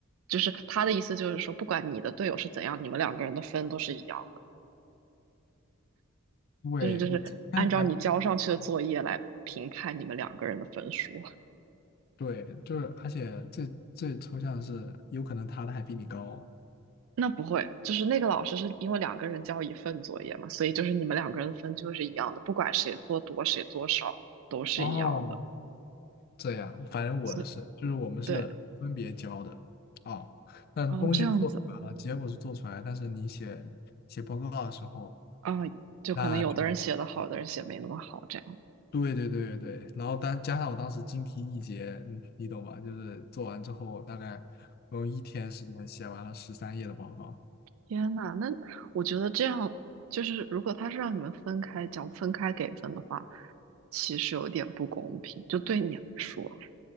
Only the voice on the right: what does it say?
就是他的意思就是说，不管你的队友是怎样，你们两个人的分都是一样的，
就是就是按照你交上去的作业来评判你们两个人的分数。
<laughs>
那不会，就是那个老师是因为两个人交一份作业嘛，所以就是你们两个人的分就是一样的，不管谁做多谁做少都是一样的。
所以
对，
哦这样子
啊，就可能有的人写的好，
有的人写没那么好，这样。
天呐，那我觉得这样就是，如果他是让你们分开讲、分开给分的话，其实有点不公平，就对你来说。